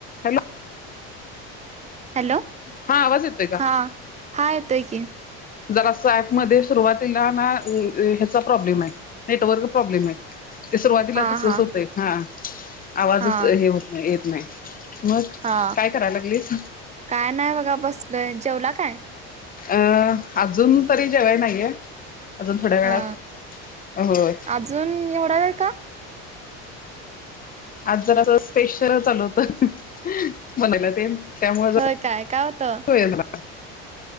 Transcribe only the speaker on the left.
हॅलो.
हा आवाज येतोय का?
जरासा ऍपमध्ये सुरुवातीला ना, ह्याचा प्रॉब्लेम आहे नेटवर्क प्रॉब्लेम आहे. ते सुरुवातीला
तसच
होतय. हा, आवाजच
हे होत नाही, येत नाही. मग
काय करायला लागलीस?
अं अजून तरी जेवये नाहीये. अजून थोड्या वेळात.
होय.
आज जरा स्पेशल चालू होत, बनायला ते न त्यामुळे जरा
<inaudible>